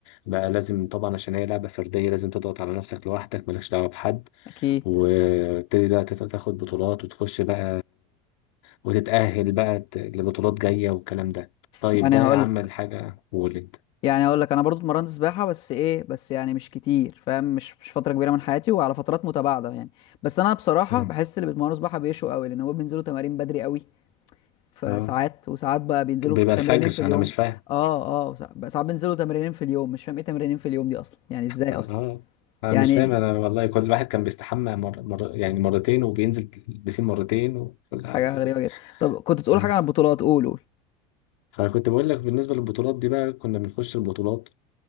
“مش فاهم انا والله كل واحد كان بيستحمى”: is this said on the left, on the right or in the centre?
Left